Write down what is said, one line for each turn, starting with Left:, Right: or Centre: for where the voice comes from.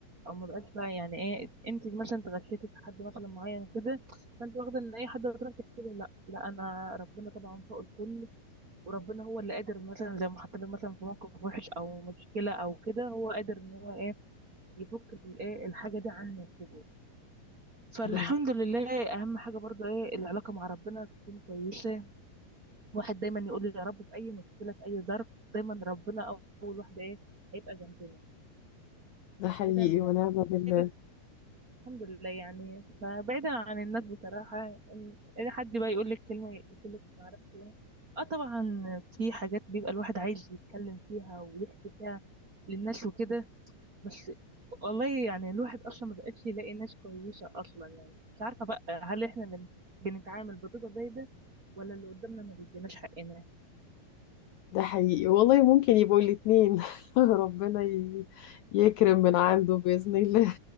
Right: او ما بقاش بقى يعني ايه انت مثلا اتغشيتي في حد مثلا معين كده فانت واخده ان اي حد هتروح تحكي لي لا لا انا ربنا طبعا فوق الكل وربنا هو اللي قادر مثلا زي ما حطيت مثلا في موقف وحش او مشكله او كده هو قادر ان هو ايه يفك الايه الحاجه دي عني كده فالحمد
Left: بس
Right: لله اهم حاجه برضو ايه العلاقه مع ربنا تكون كويسه واحد دايما يقول لي يا رب في اي مشكله في اي ظرف دايما ربنا اول واحد ايه هيبقى جنبنا
Left: ده حقيقي
Right: بعيدا يعني
Left: ونعم بالله
Right: سيبك- الحمد لله يعني فبعيدا عن الناس بصراحة إن إن حد بقى يقول لك كلمة يقول لك ما أعرفش إيه اه طبعا في حاجات بيبقى الواحد عايز يتكلم فيها ويحكي فيها للناس وكده بس والله يعني الواحد أصلا ما بقاش يلاقي ناس كويسة أصلا يعني مش عارفة بقى هل إحنا اللي بنتعامل بطريقة زي ده ولا اللي قدامنا ما بيديناش حقنا
Left: ده حقيقي والله ممكن يبقوا الاتنين <laughs> ربنا ي... يكرم من عنده بإذن الله